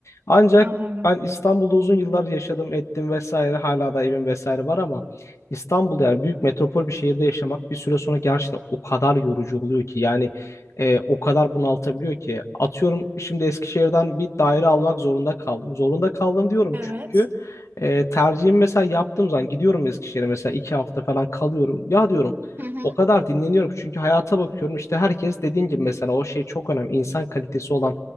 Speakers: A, on the left; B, on the right.
A: Ancak
B: Anladım.
A: ben İstanbul'da uzun yıllar yaşadım, ettim vesaire. Hala da evim vesaire var ama İstanbul'da yani büyük metropol bir şehirde yaşamak bir süre sonra gerçekten o kadar yorucu oluyor ki yani e, o kadar bunaltabiliyor ki. Atıyorum şimdi Eskişehir'den bir daire almak zorunda kaldım. Zorunda kaldım diyorum
B: Evet.
A: çünkü e, tercihimi mesela yaptığım zaman gidiyorum Eskişehir'e mesela iki hafta falan kalıyorum. Ya diyorum
B: <laughs>
A: o kadar dinleniyorum ki çünkü hayata bakıyorum işte herkes dediğin gibi mesela o şey çok önemli. insan kalitesi olan